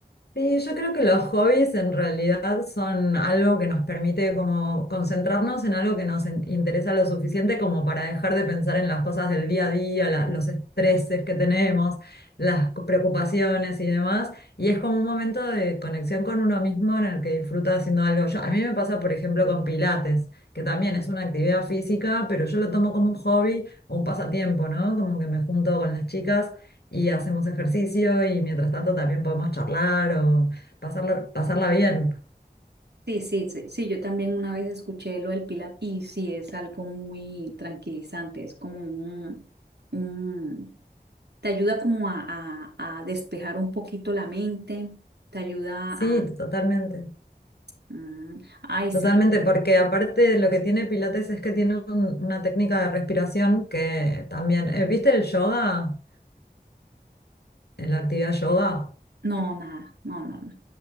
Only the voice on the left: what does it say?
Sí, yo creo que los hobbies en realidad son algo que nos permite como concentrarnos en algo que nos in- interesa lo suficiente como para dejar de pensar en las cosas del día a día, la- los estreses que tenemos, las co- preocupaciones y demás. Y es como un momento de conexión con uno mismo en el que disfruta haciendo algo. Yo, a mí me pasa, por ejemplo, con Pilates, que también es una actividad física, pero yo lo tomo como un hobby o un pasatiempo, ¿no? Como que me junto con las chicas y hacemos ejercicio y mientras tanto también podemos charlar o pasarla, pasarla bien.
Sí,
totalmente,
totalmente, porque aparte lo que tiene Pilates es que tiene un- una técnica de respiración que también, eh, ¿viste el yoga? Eh, La actividad yoga.